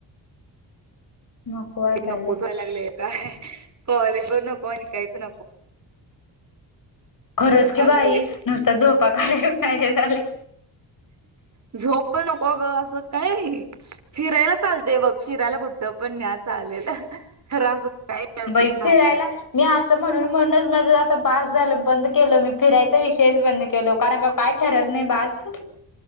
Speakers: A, on the left; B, on the right.
A: नको वाटाले
B: ते नकोच व्हायलांगलेय. काय कॉलेज पण नको आणि काहीच नको.
A: खरंच की
B: असं
A: बाई
B: झालंय
A: नुसत्या झोपा काढायला पाहिजे झालंय.
B: झोप पण नको ग, असं काही फिरायला चालतेय बघ फिरायला कुठं पण न्या चालेलं खंर असं काय
A: बई
B: बाहेर
A: फिरायला मी असं म्हणून म्हणूनच माझ आता बस झालं बंद केलं मी फिरायचा विषयच बंद के लो कारणं का काय ठरत नाही बासं